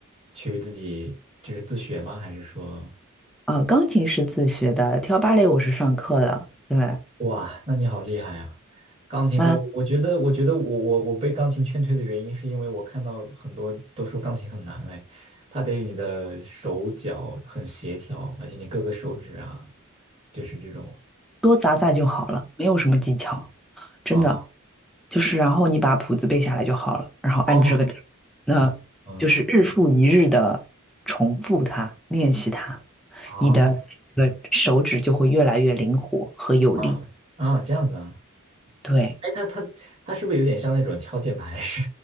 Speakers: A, on the right; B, in the centre.
A: 去自己就是自学吗？还是说，
B: 啊，钢琴是自学的，跳芭蕾我是上课的，对，
A: 哇，那你好厉害啊！钢琴，
B: 那
A: 我我觉得我觉得我我我被钢琴劝退的原因是因为我看到很多都说钢琴很难，哎，它得你的手脚很协调，而且你各个手指啊，就是这种
B: 多砸砸就好了，没有什么技巧，真的，
A: 啊
B: 就是然后你把谱子背下来就好了，然后按这个打
A: 哦
B: 那就是日复一日的重复它，
A: 嗯嗯
B: 练习它，
A: 啊
B: 你的这个手指就会越来越灵活和有力。
A: 嗯啊这样子啊。
B: 对，
A: 哎，他他他是不是有点像那种敲键盘式？